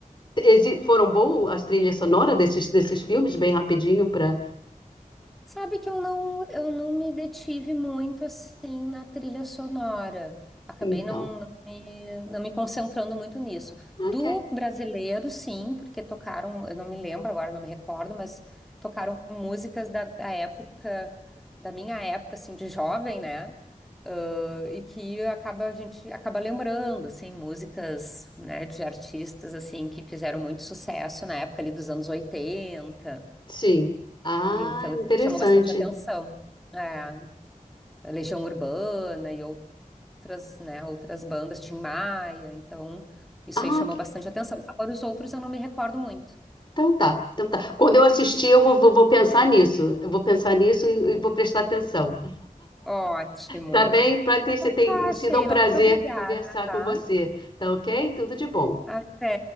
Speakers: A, on the left; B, in the centre.
A: Exi- Foram boas as trilhas sonoras desses, desses filmes, bem rapidinho para.
B: Sabe que eu não, eu não me detive muito assim na trilha sonora. Acabei
A: Então,
B: não, não me, não me concentrando muito nisso.
A: ok.
B: Do brasileiro, sim, porque tocaram, eu não me lembro agora, não me recordo, mas tocaram músicas da, da época, da minha época, assim, de jovem, né? Ah, e que acaba, a gente acaba lembrando, assim, músicas, né, de artistas, assim, que fizeram muito sucesso na época ali dos anos 80.
A: Sim. Ah,
B: Então,
A: interessante.
B: isso chamou bastante atenção. É, Legião Urbana e outras, né, outras bandas, Tim Maia, então isso
A: Ah,
B: aí chamou
A: que-
B: bastante atenção. Agora os outros eu não me recordo muito.
A: então tá. Então tá. Quando eu assistir, eu vou, vou, vou pensar nisso. Eu vou pensar nisso e, e vou prestar atenção.
B: Ótimo.
A: Tá bem? Patrícia,
B: Então
A: tem
B: tá,
A: sido
B: Sheila,
A: um prazer
B: muito obrigada,
A: conversar
B: tá?
A: com você. Tá ok? Tudo de bom.
B: Até.